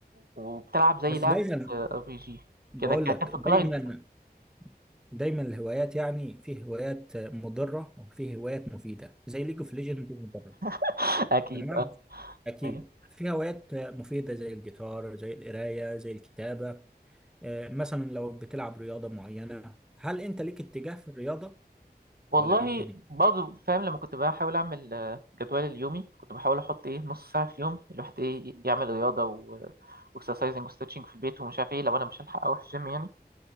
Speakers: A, on the right; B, in the centre.
A: وبتلعب زي
B: بس
A: لعبة
B: دايما
A: ار بي جي
B: بقول
A: كده كده
B: لك
A: في كلايد
B: دايما دايما الهوايات يعني في هوايات مضرة وفي هوايات مفيدة زي ليج اوف ليجند دي مضرة
A: <laughs> اكيد
B: تمام
A: اه
B: أكيد
A: أيوة.
B: في هوايات مفيدة زي الجيتار زي القراية زي الكتابة آه، مثلا لو بتلعب رياضة معينة هل أنت ليك اتجاه في الرياضة
A: والله
B: ولا إيه الدنيا؟
A: برضه فاهم لما كنت بحاول اعمل آه، جدول اليومي كنت بحاول احط ايه نص ساعه في يوم الواحد ايه يعمل رياضه و واكسرسايزنج وستريتشنج في البيت ومش عارف ايه لو انا مش هلحق اروح الجيم يعني